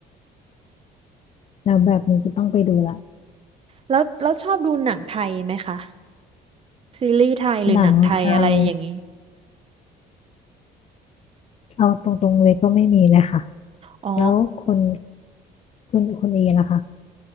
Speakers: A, on the left (about 40°); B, on the right (about 35°).
A: แล้วแบบนี้จะต้องไปดูละ
B: แล้วแล้วชอบดูหนังไทยไหมคะซีรีส์ไทยหรือหนังไทยอะไรอย่างนี้
A: หนังไทยเอาตรงๆเลยก็ไม่มีเลยค่ะ
B: อ๋อ
A: แล้วคุณ คุณคุณเอล่ะคะ